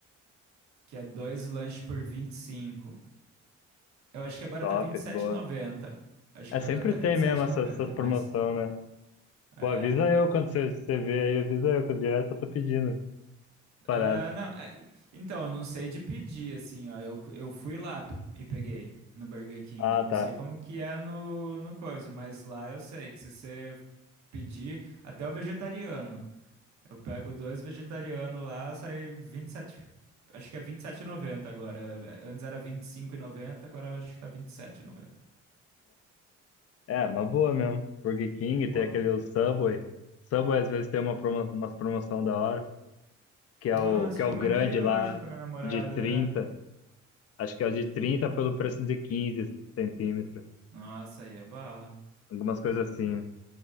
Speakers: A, on the right; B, on the left.
A: que é dois lanches por 25. Eu acho que agora
B: Top,
A: tá vinte e sete
B: boa.
A: e noventa. Acho
B: É,
A: que
B: sempre
A: agora tá vinte
B: tem
A: e
B: mesmo
A: sete
B: essa,
A: e noventa,
B: essa promoção,
A: mas
B: né?
A: é,
B: Pô, avisa eu quando você, você vê aí, avisa eu, que eu direto eu tô pedindo parada.
A: é, não, é, então eu não sei de pedir assim, ó, eu, eu fui lá p- e peguei no Burger King.
B: Ah,
A: Eu não
B: tá.
A: sei como que é no no coisa, mas lá eu sei que se você pedir, até o vegetariano. Eu pego dois vegetarianos lá, sai 27. Acho que é 27,90 agora. Antes era 25,90, agora eu acho que tá 27,90.
B: É, é uma boa mesmo. Burger King, tem
A: Pô,
B: aquele Subway. Subway às vezes tem uma promo, umas promoção da hora, que é o,
A: nossa,
B: que é
A: eu
B: o
A: comentei
B: grande
A: hoje
B: lá,
A: com a minha namorada.
B: de 30. Acho que é o de 30 pelo preço de 15 centímetros.
A: Nossa, aí é bala.
B: Algumas coisas assim. né?